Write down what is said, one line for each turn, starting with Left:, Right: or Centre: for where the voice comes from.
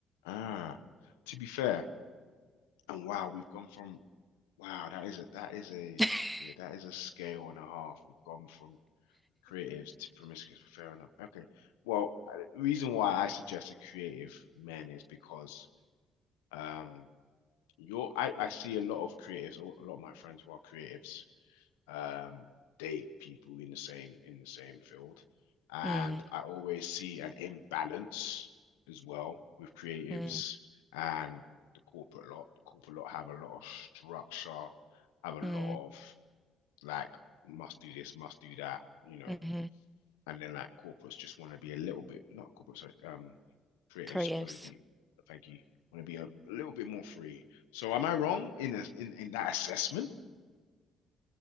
Left: ah. To be fair, and wow, we've gone from Wow, that is a that is a
Centre: <laughs>
Left: yeah, that is a scale and a half. You've gone from creatives to promiscuous. Fair enough. Okay. Well, I- the reason why I suggested creative men is because um you're I, I see a lot of creatives, a lot of my friends who are creatives um, date people in the same in the same field. And
Centre: Mm,
Left: I always see an imbalance as well with creatives
Centre: mm,
Left: and the corporate lot. The corporate lot have a lot of structure, have a lot
Centre: mm,
Left: of like must do this, must do that, you know.
Centre: hmm
Left: And then like corporates just want to be a little bit not corporates, sorry, um, creatives
Centre: Creatives.
Left: want to be, thank you, want to be a little bit more free. So am I wrong in a, in in that assessment?